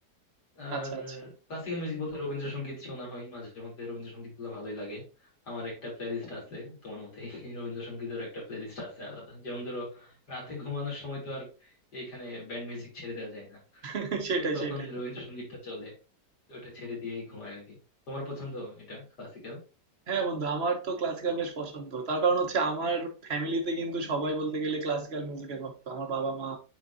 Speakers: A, on the left; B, on the right.
A: আর
B: আচ্ছা আচ্ছা
A: ক্লাসিক্যাল মিউজিক বলতে রবীন্দ্রসঙ্গীত শোনা হয় মাঝে মধ্যে রবীন্দ্রসঙ্গীত গুলো ভালোই লাগে আমার একটা প্লেলিস্ট আছে তোমার মতে রবীন্দ্রসঙ্গীতের <laughs> একটা প্লেলিস্ট আছে আলাদা যেমন ধরো রাতে ঘুমানোর সময় তো আর এইখানে ব্যান্ড মিউজিক ছেড়ে দেওয়া যায় না
B: <laughs> সেটাই
A: তো তখন
B: সেটাই
A: রবীন্দ্রসঙ্গীতটা চলে তো ওটা ছেড়ে দিয়েই ঘুমায় আর কি তোমার পছন্দ এটা ক্লাসিক্যাল
B: হ্যাঁ বন্ধু আমার তো ক্লাসিক্যাল বেশ পছন্দ তার কারণ হচ্ছে আমার ফ্যামিলিতে কিন্তু সবাই বলতে গেলে ক্লাসিক্যাল মিউজিকের ভক্ত আমার বাবা মা